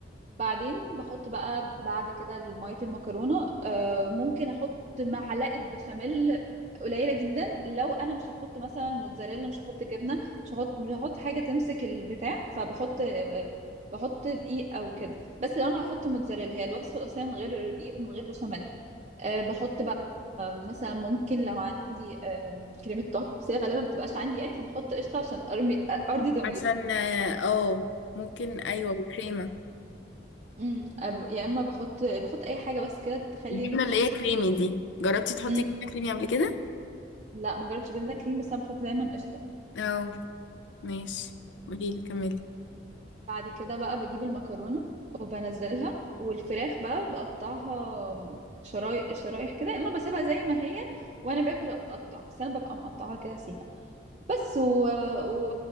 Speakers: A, on the right (about 35°); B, on the left (about 80°).
A: بعدين بحط بقى بعد كده ميه المكرونه آه، ممكن احط معلقه بشاميل قليله جدا لو انا مش هحط مثلا موتزاريلا مش هحط جبنه مش هحط مش هحط حاجه تمسك البتاع فبحط آه، بحط دقيق او كده بس لو انا هحط موتزاريلا هي الوصفه الاصليه من غير دقيق ومن غير بشاميل أه بحط بقى آه، مثلا ممكن لو عندي آم، كريمه طهي بس هي غالبا ما بتبقاش عندي يعني فبحط قشطه عشان ارمي آه، ارضي ضميري
B: عشان اه ممكن ايوه كريمه
A: امم أب- يا اما بحط بحط اي حاجه بس كده تخلي
B: الجبنه
A: الصوص
B: اللي هي كريمي دي جربتي تحطي
A: امم
B: جبنه كريمي قبل كده
A: لا ما جربتش جبنه كريم بس انا بحط دايما قشطه
B: اه ماشي قولي لي كملي
A: بعد كده بقى بجيب المكرونه وبنزلها والفراخ بقى بقطعها شرايح شرايح كده يا اما بسيبها زي ما هي وانا باكل اقطع بس انا ببقى مقطعها كده سيكه بس و... و...